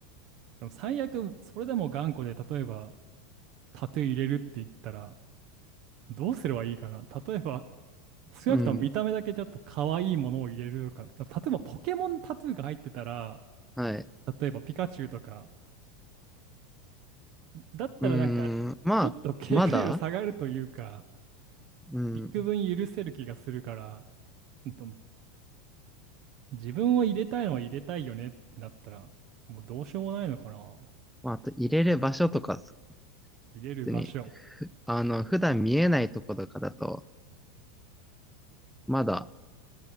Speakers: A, on the right; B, in the centre.
A: でも最悪、それでも頑固で、例えば、タトゥー入れるって言ったら、どうすればいいかな。例えば、少なくとも見た目だけちょっと可愛いものを入れるとか、
B: うん。
A: 例えばポケモンタトゥーが入ってたら、
B: はい。
A: 例えばピカチュウとか、だったらなんか、
B: うーん。まあ、
A: ちょっと警戒度下がるというか、
B: まだ、うん。
A: 幾分許せる気がするから、ど自分を入れたいのは入れたいよねってなったら、もうどうしようもないのかな。
B: まあ、あと入れる場所とか、普
A: 入れる場所。
B: 通に、あの、普段見えないとことかだと、まだ、